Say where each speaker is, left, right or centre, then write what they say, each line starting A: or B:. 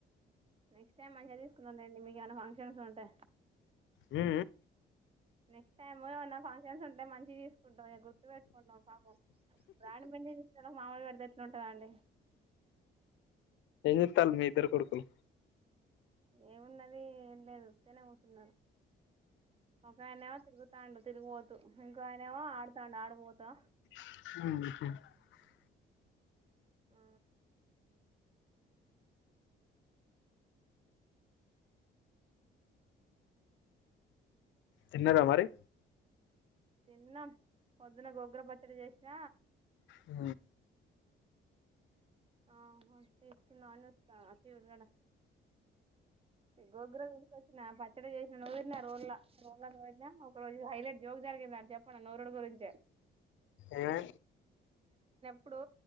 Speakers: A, on the right; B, on the left.
A: నెక్స్ట్ టైమ్ మంచిగా తీసుకునునండి మీకు ఇ ఫంక్షన్స్ ఉంటే
B: హ
A: నెక్స్ట్ టైమ్ ఫక్షన్ ంటే మంచిగా తీసుకుంటాం గుర్తు పెెట్టుకుంటాం పాపం బ్రాణ పడిస్త మాములు పెడితే ఎట్లు ఉంటుందండి
B: ఎతాల మీ ఇద్దరు కొడుకుల
A: ఏమున్నది ఏం లేదు తనే కూతున్నారు సకా ఎవ తిరుగు తాండు తిరిగిపోతు ఇంకా ఆయనమో ఆడుతాండు ఆడిపోతా
B: అ
A: ఆ
B: చిన్నార మరి
A: తిన్నాం పొద్దున గొగ్ర పట్టడి చేసిన
B: అ
A: ఆ తీసుకుందా అని వస్తా తీరడ గోగ్రచ్చిన పా ఇడ చేసిన నూరిన రోల్ల రోల నూరిన ఒక రోజు హైలైట్ జోక్ జరిగింద అని చెప్పండి నూరుడు గురించే
B: ఏవ
A: ఇప్పుడు